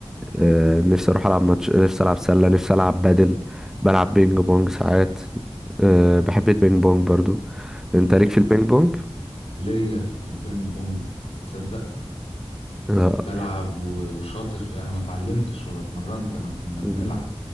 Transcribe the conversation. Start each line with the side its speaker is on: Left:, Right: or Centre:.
Centre: آه، نفسي اروح العب ماتش نفسي العب سله نفسي العب بدل بلعب بينج بونج ساعات آه،
Left: امم
Centre: بحب البينج بونج برضو
Left: امم
Centre: انت ليك في البينج بونج
Left: ليا في البينج بونج تصدق وكنت
Centre: اه
Left: ألعب و- وشاطر في أنا ما اتعلمتش ولا اتمرنت أنا كنا بنلعب
Centre: مم.